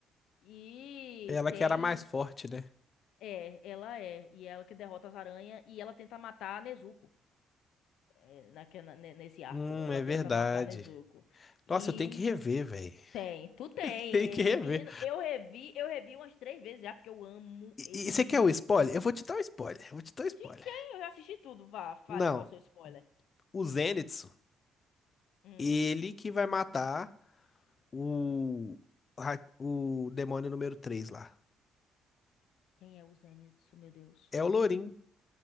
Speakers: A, on the left (about 80°); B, on the left (about 30°).
A: E
B: Ela
A: tem.
B: que era a mais forte, né?
A: É, ela é. E ela que derrota as aranhas. E ela tenta matar a Nezuko. é, naque- na- ne- nesse arco.
B: Hum,
A: Ela
B: é verdade.
A: tenta matar Nezuko. E
B: Nossa, eu tenho que rever, velho.
A: tem, tu tem.
B: <laughs> Tem que rever.
A: eh, Menino, eu revi, eu revi umas três vezes já, porque eu amo
B: E,
A: esse.
B: e você quer o spoiler? Eu vou te dar um spoiler. Eu vou te dar um spoiler.
A: De quem? Eu já assisti tudo. Vá, fale
B: Não,
A: qual é o seu spoiler.
B: o Zenitsu,
A: Hum,
B: ele que vai matar. o, ra- o demônio número 3 lá.
A: quem é o Zenitsu, meu Deus?
B: É o Lourinho.